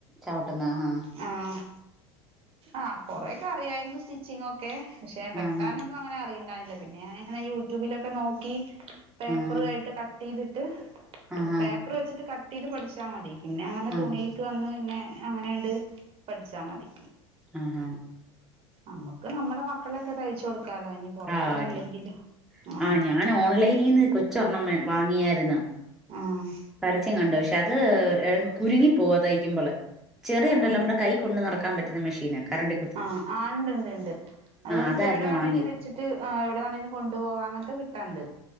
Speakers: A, in the centre; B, on the right.
A: ചവിട്ടുന്നെ ആഹാ
B: ആ ആഹ് ആഹ് കൊറെക്കെ അറിയായിരുന്നു സ്റ്റിച്ചിങ്ങൊക്കെ പക്ഷെ വെട്ടാനൊന്നും
A: ആഹാ
B: അങ്ങനെ അറിയ ട്ടാനില്ല പിന്നെ ഞാനിങ്ങനെ യൂട്യൂബിലൊക്കെ നോക്കി പേപ്പറയിട്ട്
A: ആഹ്
B: കട്ടിയ്തിട്ട്.
A: ആഹാ
B: പേപ്പറ് വെച്ചിട്ട് കട്ടെയ്ത് പഠ്ച്ചാ മതി പിന്നെ അങ്ങനെ
A: ആഹ്
B: തുണിയിൽക്ക് വന്ന് പിന്നെ അങ്ങനണ്ട്. പഠിച്ചാ മതി
A: ആഹാ
B: അമ്മക്ക് നമ്മടെ മക്കളെക്കെ തയ്ച്ചു കൊടുക്കാലോ ഇനി- പുറത്തൊന്നും
A: ആഹ്
B: ഇല്ലെങ്കിലും ആഹ്
A: ആ ഞാന് ഓൺലൈനീന്ന് കൊച്ച് ഒരെണം മെ വാങ്ങിയായിരുന്നു.
B: ആഹ്
A: പരസ്യം കണ്ടു പക്ഷെ അത് കുരുങ്ങി പോക തയ്ക്കുമ്പള് ചെറിയതുണ്ടല്ലോ
B: ആഹ് ആഹ്
A: നമ്മടെ കൈ കൊണ്ടു നടക്കാൻ പറ്റുന്ന മെഷീന് കറണ്ട്.
B: ആഹ് ആ ഇണ്ട്ണ്ട്. അത് നമുക്ക്
A: അതായിരുന്നു
B: എവിടെ വേണെലും
A: വാങ്ങിയത്
B: വെച്ചിട്ട് അ എവിടെ വേണേലും കൊണ്ട് പോവാ അങ്ങൻത്തെ കിട്ടാണ്ട്.